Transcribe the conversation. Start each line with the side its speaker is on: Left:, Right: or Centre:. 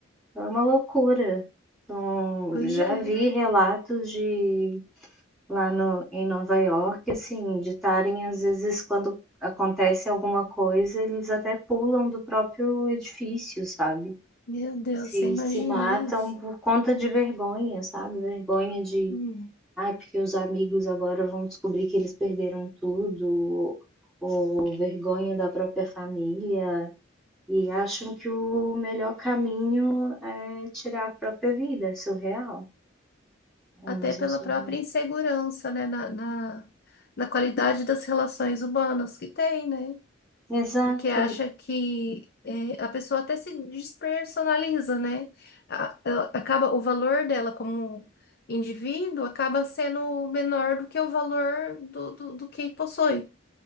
Centre: é uma loucura. Então,
Left: Pois
Centre: já
Left: é.
Centre: vi relatos de lá no, em Nova York, assim, de estarem, às vezes, quando acontece alguma coisa, eles até pulam do próprio edifício, sabe?
Left: Meu Deus,
Centre: Se,
Left: você imagina
Centre: se matam
Left: isso?
Centre: por conta de vergonha, sabe? Vergonha de
Left: Uhum.
Centre: Ai, porque os amigos agora vão descobrir que eles perderam tudo, ou vergonha da própria família, e acham que o melhor caminho é tirar a própria vida, é surreal. Ou
Left: até
Centre: mesmo
Left: pela
Centre: é surreal.
Left: própria insegurança, né, na, na, na qualidade das relações humanas que tem, né?
Centre: Exato,
Left: Porque acha que é, a pessoa até se despersonaliza, né? A- ela acaba o valor dela como indivíduo acaba sendo menor do que o valor do, do, do que possui,